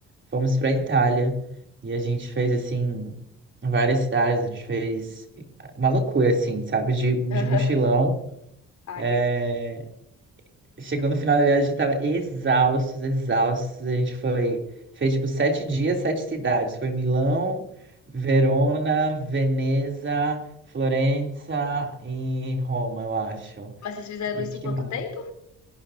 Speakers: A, on the right; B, on the left.
A: fomos para Itália. E a gente fez assim várias cidades, a gente fez uma loucura assim, sabe? De, de
B: <laughs> Aham.
A: mochilão.
B: Ah,
A: É,
B: que gostoso.
A: Chegou no final da viagem, a gente tava exaustos, exaustos. A gente foi, fez tipo sete dias, sete cidades. Foi Milão, Verona, Veneza, Florença e Roma, eu acho.
B: Mas vocês fizeram
A: E
B: isso
A: que
B: em quanto
A: mais?
B: tempo?